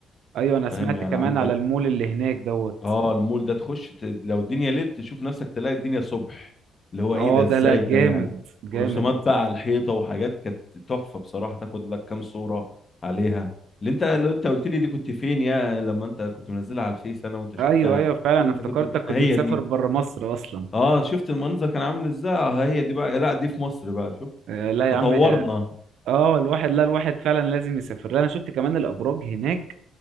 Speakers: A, on the right; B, on the left.
A: ايوه انا سمعت
B: فاهم يعني
A: كمان
B: عندك
A: على المول اللي هناك دوت
B: اه المول ده تخش ت... لو الدنيا ليل تشوف نفسك تلاقي الدنيا صبح اللي هو
A: اه
B: ايه ده ازاي
A: ده لا جامد
B: ده يعني
A: جامد
B: ورسومات بقى على الحيطه وحاجات كانت تحفه بصراحه تاخد لك كام صوره عليها اللي انت لو انت قلت لي دي كنت فين يا لما انت كنت منزلها على الفيس انا وانت شفتها
A: ايوه ايوه
B: قلت
A: فعلا انا
B: لي انت
A: افتكرتك
B: كنت فين
A: كنت
B: هي
A: مسافر
B: دي
A: بره مصر اصلا
B: اه شفت المنظر كان عامل ازاي آه هي دي بقى لا دي في مصر بقى شوف
A: آه، لا يا
B: تطورنا
A: عم اه الواحد لا الواحد فعلا لازم يسافر لا انا شفت كمان الابراج هناك